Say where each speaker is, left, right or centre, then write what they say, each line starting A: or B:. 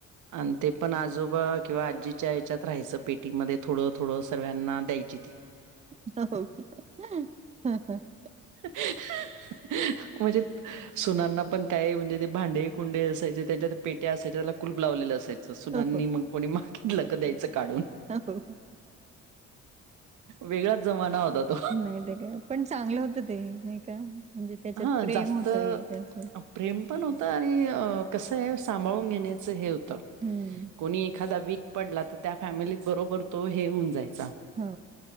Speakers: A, on the right; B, on the right.
A: आणि ते पण आजोबा किंवा आजीच्या याच्यात राहायचं पेटीमध्ये थोडं थोडं सगळयांना द्यायची ती
B: <unintelligible>
A: <unintelligible> म्हणजे सुनांना पण काय म्हणजे ते भांडे कुंडे असायचे त्याज्यात पेट्या असायच्या त्याला कुलुप लावलेलं असायचं सुनांनी
B: हो.
A: मग कोणी मागितलं क द्यायचं काढून
B: <unintelligible>
A: वेगळाच जमाना होता तो
B: नाय त काय पण चांगलं होतं ते नाय का म्हणजे त्याच्यात
A: हा
B: प्रेम
A: जास्त
B: होतं एक असं
A: प्रेम पण होतं आणि कसंय सांभाळून घेण्याचं हे होतं.
B: हूं
A: कोणी एखादा वीक पडला तर त्या फॅमिलीत बरोबर तो हे होऊन जायचा.
B: हा